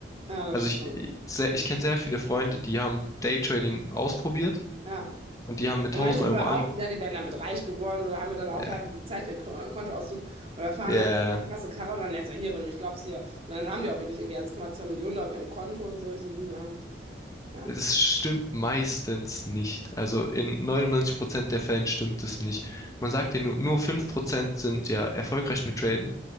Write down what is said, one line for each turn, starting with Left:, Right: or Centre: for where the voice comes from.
Right: ja,
Left: Also
Right: das stimmt.
Left: ich, ich, sehr- ich kenne sehr viele Freunde, die haben Daytrading ausprobiert
Right: Ja.
Left: und die haben mit
Right: Wenn
Left: tausend
Right: Manche
Left: Euro
Right: behaupten,
Left: an,
Right: ja, die wären damit reich geworden oder haben mir dann auch
Left: äh,
Right: teilweise gezeigt, ihren Ko- äh, Kontoauszug oder fahren
Left: Ja,
Right: dann mit der Kasse Karre und dann, ja, so hier, wenn du mich glaubst, hier. Und dann haben die auch wirklich irgendwie 1,2 Millionen auf ihrem Konto und so. Ich so, hm, ja, ja,
Left: das stimmt meistens nicht. Also in 99% der Fällen stimmt es nicht. Man sagt ja nur, nur 5% sind ja erfolgreich mit Traden.